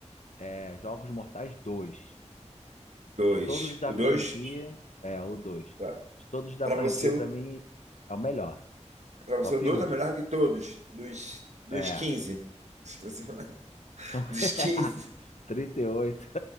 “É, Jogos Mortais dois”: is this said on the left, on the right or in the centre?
Left